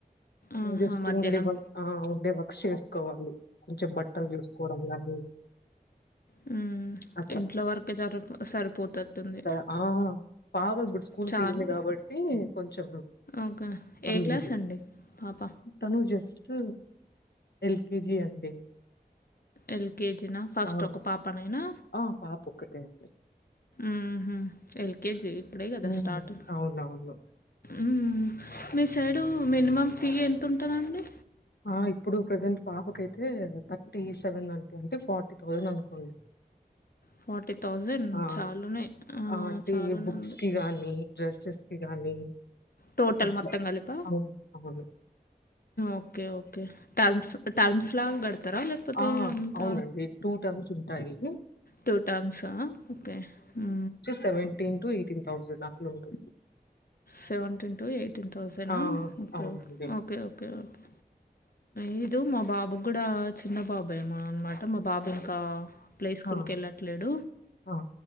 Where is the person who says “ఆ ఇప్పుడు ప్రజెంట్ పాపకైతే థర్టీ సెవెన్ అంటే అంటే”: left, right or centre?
Left